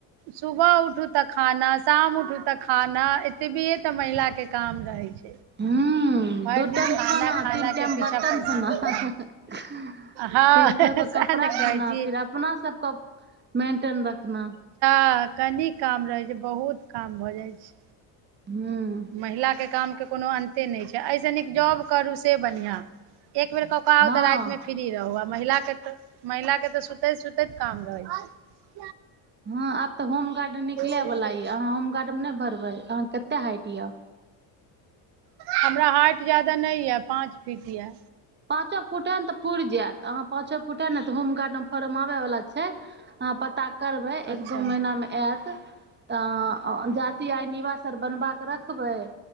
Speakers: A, on the right (about 60°); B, on the right (about 25°).
A: सुबह उठू तऽ खाना शाम उठू तऽ खाना एतबिए तऽ महिलाके काम रहय छै
B: हूं
A: भरि
B: दू
A: दिन
B: टाइम खाना
A: खानाके
B: तीन टाइम
A: पीछा
B: बर्तन
A: परेशान
B: धोना
A: भेल
B: फिर
A: रहू हँ
B: क के
A: सएह
B: कपड़ा
A: ने कहै
B: धोना
A: छी
B: फिर अपना सबक मेंटेन रखना
A: ह कनी काम रहै छै बहुत काम भऽ जाइ छै
B: हूँ
A: महिला के कामके कोनो अन्ते नहि छै एहिसँ नीक जॉब करू से बढ़ियाँ एक बेेर कऽ केऽ
B: हँ
A: आउ तऽ राति मे फ्री रहु आ महिला के महिला के तऽ सुतैत सुतैत काम रहै छै
B: हँ आब तऽ होमगार्ड निकले
A: छै
B: वाला
A: से
B: ये अहाँ होमगार्ड मे नहि भरबै अहाँ कते हाइट यऽ
A: हमरा हाइट जादा नहि यए पाँच फीट यए
B: अचक फुटन तऽ पूरि जायत अहाँ पाँच फुट हय न तऽ होमगार्डमे भरब माबय वला छै अहाँ पता करबै
A: अच्छा
B: एक दू महीनामे आएत तऽ जाति आय निवास आर बनबाक' रखबै